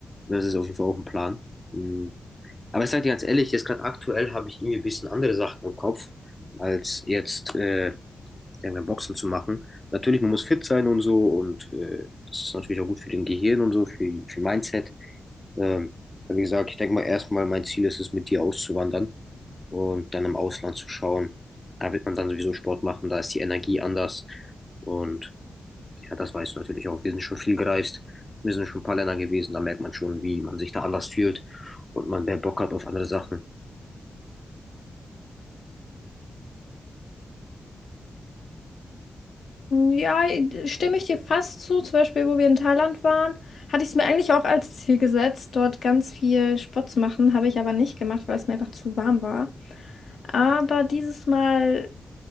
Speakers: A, on the left (about 25°); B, on the left (about 75°).
A: Das ist auf jeden Fall auch ein Plan. Mm. Aber ich sage dir ganz ehrlich, jetzt gerade aktuell habe ich irgendwie ein bisschen andere Sachen im Kopf, als jetzt äh, irgendein Boxen zu machen. Natürlich, man muss fit sein und so und äh, das ist natürlich auch gut für den Gehirn und so, für, für Mindset. Ähm, aber wie gesagt, ich denke mal erstmal, mein Ziel ist es, mit dir auszuwandern und dann im Ausland zu schauen. Da wird man dann sowieso Sport machen, da ist die Energie anders. Und ja, das weißt du natürlich auch. Wir sind schon viel gereist, wir sind schon ein paar Länder gewesen, da merkt man schon, wie man sich da anders fühlt und man mehr Bock hat auf andere Sachen.
B: Ja, stimme ich dir fast zu. Zum Beispiel, wo wir in Thailand waren, hatte ich es mir eigentlich auch als Ziel gesetzt, dort ganz viel Sport zu machen. Habe ich aber nicht gemacht, weil es mir einfach zu warm war. Aber dieses Mal